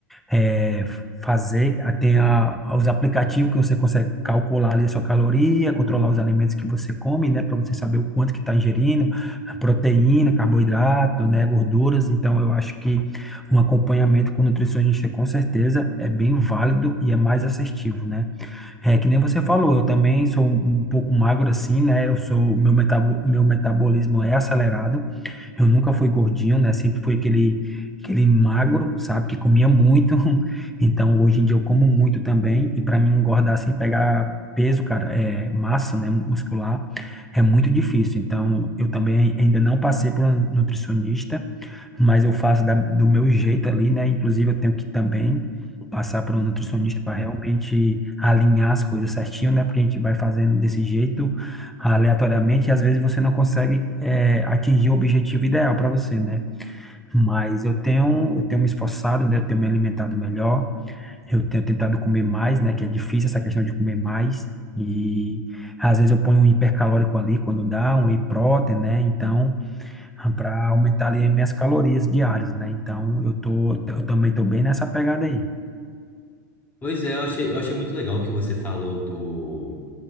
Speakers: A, in the centre; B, on the left.
A: eh, fazer, Ah, tem a, os aplicativos que você consegue calcular ali a sua caloria, controlar os alimentos que você come, né, para você saber o quanto que está ingerindo, proteína, carboidrato, né, gorduras, então eu acho que um acompanhamento com nutricionista com certeza é bem válido e é mais assertivo, né, é, que nem você falou, eu também sou um um pouco magro assim, né? Eu sou, meu metabo, meu metabolismo é acelerado. Eu nunca fui gordinho, né? Sempre fui aquele aquele magro, sabe, que comia muito. <laughs> Então, hoje em dia eu como muito também e para mim engordar sem pegar peso, cara, é massa, né, muscular, é muito difícil. Então, eu também ainda não passei por um nutricionista mas eu faço da- do meu jeito ali, né? Inclusive, eu tenho que também passar por um nutricionista para realmente alinhar as coisas certinho, né? Porque a gente vai fazendo desse jeito aleatoriamente e às vezes você não consegue eh, atingir o objetivo ideal para você, né? Mas eu tenho, eu tenho me esforçado, né? Eu tenho me alimentado melhor, eu tenho tentado comer mais, né? Que é difícil essa questão de comer mais. E às vezes eu ponho um hipercalórico ali quando dá, um whey protein, né? Então, para aumentar ali as minhas calorias diárias, né? Então eu tô, eu também tô bem nessa pegada aí.
B: Pois é, eu achei, eu achei muito legal que você falou do,